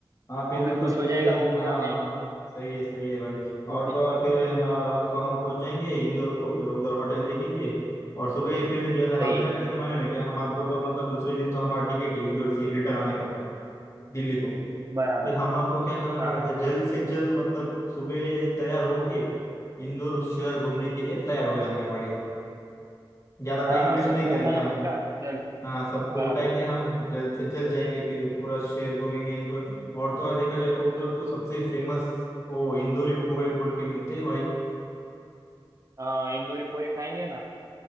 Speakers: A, on the left; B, on the right.
A: हाँ
B: वो
A: फिर
B: भी
A: मतलब
B: खुश
A: सुबह
B: हो जाएगा वो भी
A: हाँ
B: हमें
A: सही है सही है भाई और
B: वो भी
A: तो और फिर हाँ रात को हम पहुंच जाएंगे इंदौर को फिर उधर होटल देखेंगे और सुबह फिर जेल
B: सही
A: हम क्या
B: है
A: करेंगे मालूम है क्या हमारे को तो मतलब दूसरे दिन तो हमारा टिकट है इंदौर से रिटर्न आने का दिल्ली को
B: बराबर
A: फिर हमारे को क्या करना
B: हाँ
A: पड़ेगा
B: हाँ
A: जल्द से जल्द मतलब सुबह तैयार होके इंदौर शहर घूमने के लिए तैयार हो जाना पड़ेगा ज्यादा टाइम
B: हाँ
A: वेस्ट
B: सबको
A: नहीं करेंगे
B: उठाना
A: हम
B: पड़ेगा जल्दी
A: हाँ सबको
B: बराबर
A: उठाएंगे हम जल्द से जल्द जाएंगे फिर पूरा शहर घूमेंगे इंदौर और तो और देखा जाए तो उधर तो सबसे फेमस वो इंदौरी पोहे बोल के मिलते हैं भाई
B: हाँ इंदौरी पोहे खाएंगे ना